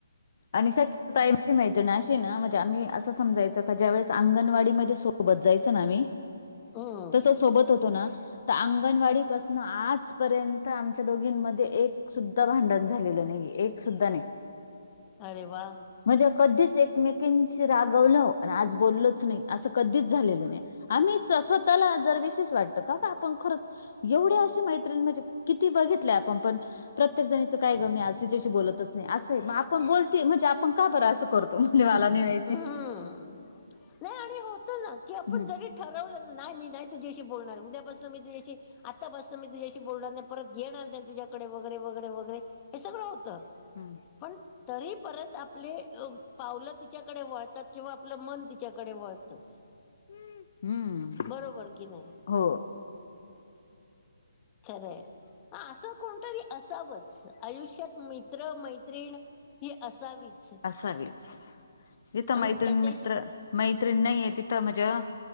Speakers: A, on the left; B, on the left.
A: आणि शक्य काय माझी मैत्रिण हाय अशी ना म्हणजे आम्ही असं समजायचं का ज्या वेळेस अंगणवाडीमध्ये सोबत जायचं ना आम्ही
B: हंम
A: तसं सोबत होतो ना तर अंगणवाडी पासून आजपर्यंत आमच्या दोघींमध्ये एक सुद्धा भांडण झालेलं नाही एक सुद्धा नाही.
B: अरे वा!
A: म्हणजे कधीच एकमेकांशी रागवलं आणि आज बोललच नाही असं कधीच झालेलं नाही. आम्हीच स्वतःला जर विशेष वाटतं का! का आपण खरंच. एवढ्या अशी मैत्रिणी म्हणजे किती बघितलंय आपण पण प्रत्येक जणीच काय ग मी आजली त्याशी बोलत नाही. असग आपण बोलते म्हणजे आपण का बरं असं करतो. तो म्हणते मला नाही माहित.
B: हम्म नाही आणि होत ना की आपण
A: हम्म
B: जरी. ठरवलं नाही मी नाही तुझ्याशी बोलणार उद्यापासून मी तुझ्याशी आत्ता बसन मी तुझ्याशी बोलणार नाही परत घेणार नाही तुझ्याकडे वगैरे वगैरे वगैरे हे सगळं होतं.
A: <inaudible>
B: पण तरी परत आपले अ पावल तीत तिच्याकडे वळतात किंवा आपलं मन तिच्याकडे वळतच.
A: हम्म
B: बरोबर की नाही
A: हो
B: खर हाय. असं कोणतरी असावंच आयुष्यात मित्र मैत्रिण ही असावीच.
A: असावीच
B: आणि
A: जिथं मैत्रीण
B: त्याच्याशी
A: मित्र मैत्रीण नाही आहे तिथं म्हणजे अ